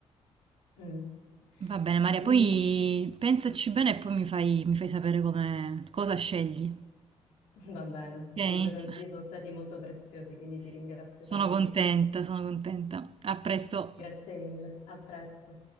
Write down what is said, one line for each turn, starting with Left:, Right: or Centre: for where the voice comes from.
Left: Mm.
Right: Va bene, Maria, poi
Left: Mm,
Right: pensaci bene e poi mi fai, mi fai sapere come, cosa scegli,
Left: va bene,
Right: ok?
Left: i tuoi consigli sono stati molto preziosi, quindi ti ringrazio
Right: Sono
Left: tanto.
Right: contenta, sono contenta. A presto.
Left: Grazie mille, a presto.